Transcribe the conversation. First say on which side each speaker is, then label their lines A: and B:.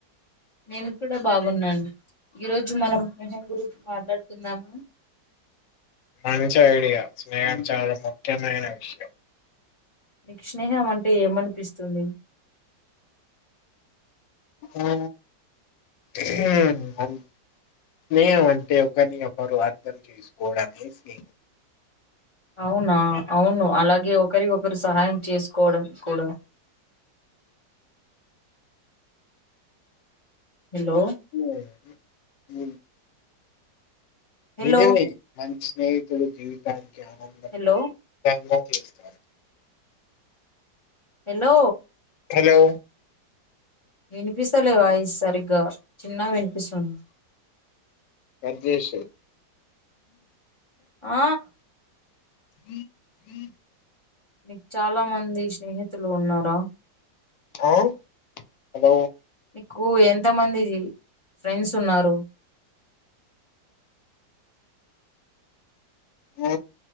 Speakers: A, on the left (about 40°); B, on the left (about 80°).
A: నేను కూడా బాగున్నాను. ఈరోజు మనం స్నేహం గురించి మాట్లాడుకుందామా
B: మంచి ఐడియా, స్నేహం చాలా ముఖ్యమైన విషయం
A: నీకు స్నేహం అంటే ఏమనిపిస్తుంది?
B: ఆ ఉహ్ స్నేహం అంటే ఒకరిని ఒకరు అర్థం చేసుకోవడమే స్నేహం
A: అవునా అవును అలాగే ఒకరికొకరు సహాయం చేసుకోవడం కూడా హలో
B: ఆ
A: హలో
B: నిజమే మంచి స్నేహితులు జీవితానికి ఆనందం
A: హలో
B: ార్
A: హలో
B: హలో
A: వినిపిస్తలేవాయిస్ సరిగ్గా చిన్నగా వినిపిస్తుంది
B: దయచేసి
A: ఆ
B: హ జ <inaudible>
A: నీకు చాలా మంది స్నేహితులు ఉన్నారా
B: హ హలో
A: మీకు ఎంతమంది ఫ్రెండ్స్ ఉన్నారు
B: ఆ